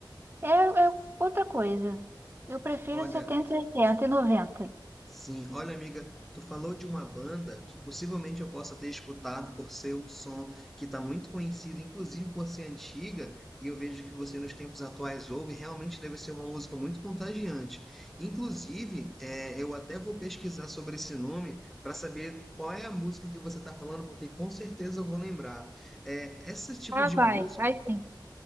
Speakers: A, on the right (about 25°); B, in the centre.
A: é, é outra coisa. Eu prefiro
B: Olha,
A: 70, 80 e 90.
B: sim, olha, amiga, tu falou de uma banda que possivelmente eu possa ter escutado por ser um som que está muito conhecido, inclusive por ser antiga, e eu vejo que você nos tempos atuais ouve, realmente deve ser uma música muito contagiante. Inclusive, eh, eu até vou pesquisar sobre esse nome para saber qual é a música que você está falando, porque com certeza eu vou lembrar. Eh, esse tipo
A: Ah,
B: de
A: vai,
B: música
A: vai sim,